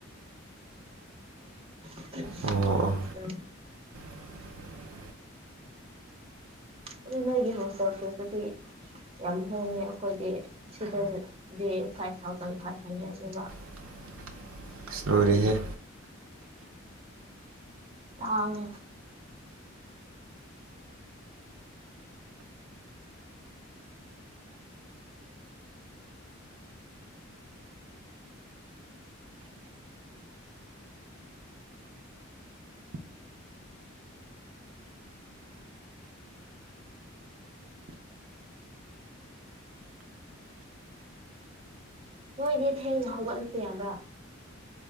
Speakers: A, on the right (about 30°); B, on the right (about 80°).
A: <unintelligible>
B: ꯑꯣ ꯑꯣ
A: ꯐꯁ
B: <unintelligible>
A: ꯑꯗꯨ ꯅꯣꯏꯒꯤ ꯍꯧꯣꯇꯛꯁꯤꯦꯕꯨꯗꯤ ꯌꯥꯝ ꯍꯣꯡꯉꯦ ꯑꯩꯈꯣꯏꯗꯤ ꯁꯤꯗꯗꯤ ꯐꯥꯏꯚ ꯊꯥꯎꯖꯟ ꯐꯥꯏꯚ ꯍꯟꯗ꯭ꯔꯦꯗꯅꯦꯕ
B: <unintelligible> ꯏꯁꯇꯣꯔꯤꯒꯤꯦ
A: ꯇꯃꯦ ꯅꯣꯏꯗꯤ ꯊꯦꯡꯅ ꯍꯧꯒꯠꯂꯁ ꯌꯥꯕ꯭ꯔꯥ